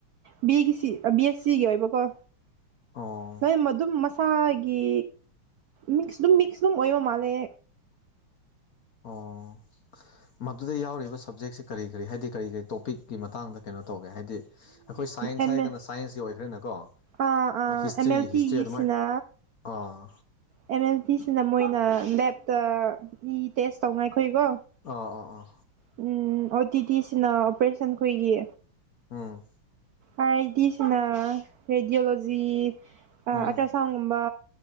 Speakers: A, on the right (about 85°); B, on the left (about 55°).
A: ꯕꯤꯒꯤ ꯁꯤ ꯕꯤ ꯑꯦꯁ ꯁꯤꯒꯤ ꯑꯣꯏꯕꯀꯣ
B: ꯑꯣ
A: ꯅꯣꯏ ꯃꯗꯨꯝ <inaudible> ꯃꯁꯥꯒꯤ ꯃꯤꯛꯁ ꯑꯗꯨꯝ ꯃꯤꯛꯁ ꯑꯗꯨꯝ ꯑꯣꯏꯕ ꯃꯥꯜꯂꯦ
B: ꯑꯣ ꯃꯗꯨꯗ ꯌꯥꯎꯔꯤꯕ ꯁꯞꯖꯦꯛꯁꯦ ꯀꯔꯤ ꯀꯔꯤ ꯍꯥꯏꯗꯤ ꯀꯔꯤ ꯀꯔꯤ ꯇꯣꯄꯤꯛ ꯒꯤ ꯃꯇꯥꯡꯗ ꯀꯩꯅꯣ ꯇꯧꯒꯦ ꯍꯥꯏꯗꯤ ꯑꯩꯈꯣꯏ ꯁꯥꯏꯟꯁ
A: ꯑꯦꯝ
B: ꯍꯥꯏꯔꯒꯅ
A: ꯑꯦ
B: ꯁꯥꯏꯟꯁꯀꯤ ꯑꯣꯏꯈ꯭ꯔꯦꯅꯀꯣ
A: ꯑꯥ
B: ꯍꯤꯁꯇ꯭ꯔꯤꯒꯤ
A: ꯑꯥ ꯑꯦꯝ ꯑꯦꯜ
B: ꯍꯤꯁꯇ꯭ꯔꯤ
A: ꯇꯤꯒꯤꯁꯤꯅ
B: ꯑꯗꯨꯃꯥꯏ ꯑꯥ
A: ꯑꯦꯝ ꯑꯦꯜ ꯄꯤꯁꯤꯅ ꯃꯣꯏꯅ ꯂꯦꯞꯇ ꯏ ꯇꯦꯁ ꯇꯧ ꯉꯥꯏꯒꯣ
B: ꯑꯥ ꯑꯣ ꯑꯣ
A: ꯎꯝ ꯑꯣ ꯇꯤ ꯇꯤ ꯁꯤꯅ ꯑꯣꯄꯔꯦꯁꯟꯈꯣꯏꯒꯤ
B: ꯑꯝ
A: ꯑꯥꯏ ꯑꯥꯏ ꯗꯤꯁꯤꯅ ꯔꯦꯗꯤꯑꯣꯂꯣꯖꯤ
B: ꯎꯝ
A: ꯑꯜꯇ꯭ꯔ ꯁꯥꯎꯟꯒꯨꯝꯕ